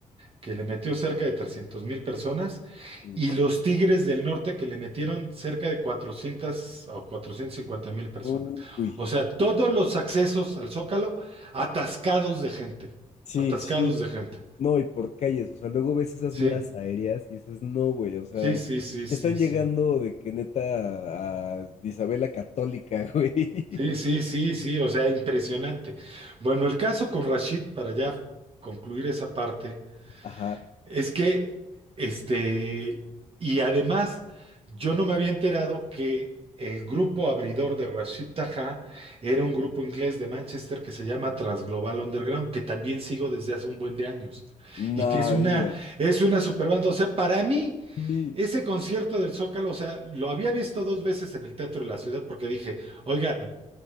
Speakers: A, on the right; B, on the left.
A: que le metió cerca de trescientos mil personas,
B: Sí,
A: y
B: sí.
A: los
B: sí.
A: Tigres del Norte, que le metieron cerca de 400 o cuatrocientos cincuenta mil personas.
B: Uy,
A: O sea, todos los accesos al Zócalo atascados de gente,
B: sí,
A: atascados
B: sí,
A: de gente.
B: No, y por calles, o sea, luego ves esas
A: Sí,
B: miras aéreas y dices, no, güey, o sea,
A: sí, sí,
B: ya
A: sí, sí,
B: están llegando
A: sí.
B: de que neta a Isabel la Católica, güey. <laughs>
A: Sí, sí, sí, sí, o sea, impresionante. Bueno, el caso con Rashid, para ya concluir esa parte,
B: Ajá,
A: Es que, este, y además, yo no me había enterado que el grupo abridor de Rashid Taha era un grupo inglés de Manchester que se llama Transglobal Underground, que también sigo desde hace un buen de años, y
B: no,
A: que es una,
B: digan,
A: es una super banda. O sea, para mí,
B: sí,
A: ese concierto del Zócalo, o sea, lo había visto dos veces en el Teatro de la Ciudad porque dije, oigan,